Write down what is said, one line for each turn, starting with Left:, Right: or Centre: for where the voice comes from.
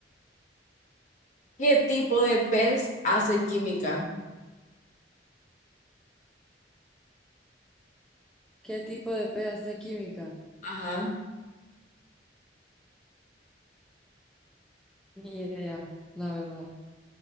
Left: ¿Qué tipo de pez hace química?
Centre: ¿Qué tipo de pez hace química?
Left: Ajá.
Centre: Ni idea, la verdad.